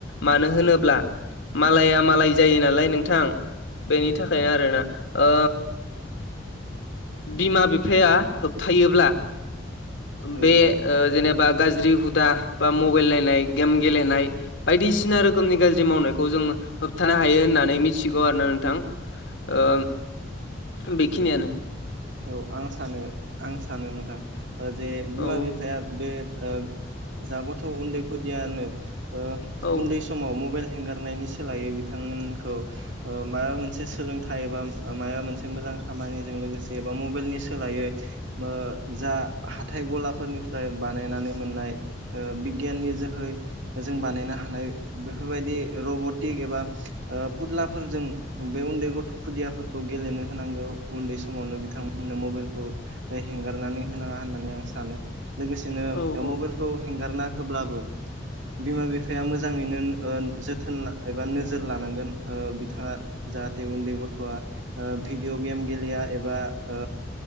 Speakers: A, on the left; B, on the right.
A: मानो होनोब्ला मालाया मालाय जायो नालाय नोंथां बेनि था खाय आरो ना ओ बिमा बिफाया होबथायोब्ला
B: औ
A: बे
B: औ
A: ओ जेनेबा गाज्रि हुदा बा मबाइल नायनाय गेम गेलेनाय बायदिसिना रोखोमनि गाज्रि मावनायखौ जोङो होबथानो हायो होननानै मिथिगौ आरो ना नोंथां। ओ बेखिनियानो
B: औ आं सानो आं सानो नोंथां ओ जे बिमा
A: औ
B: बिफाया बे ओ जागथ' उन्दै खुदियानो ओ
A: औ
B: उन्दै समाव मबाइल हेंगारनायनि सोलायै बिथांमोनखौ ओ माबा मोनसे सोलोंथाइ एबा माबा मोनसे मोजां खामानिजों लोगोसे एबा मबाइलनि सोलायै ओ जा हाथाइ गलाफोरनिफ्राय बानायनानै मोननाय ओ बिगियाननि जोहै जों बानायनो हानाय बेफोरबायदि रबटिक एबा ओ फुदलाफोरजों बे उन्दै गथ' खुदियाफोरखौ गेलेनो होनांगौ उन्दै सम समावनो बिथांमोननो मबाइलखौ हेंगारनानै होनाङा होननानै आं सानो लोगोसेनो
A: औ औ
B: मबाइलखौ हेंगारना होब्लाबो बिमा बिफाया मोजाङैनो ओ जोथोन एबा नोजोर लानांगोन ओ बिथाङा जाहाथे उन्दै गथ'आ ओ भिडिअ गेम गेलेया एबा ओ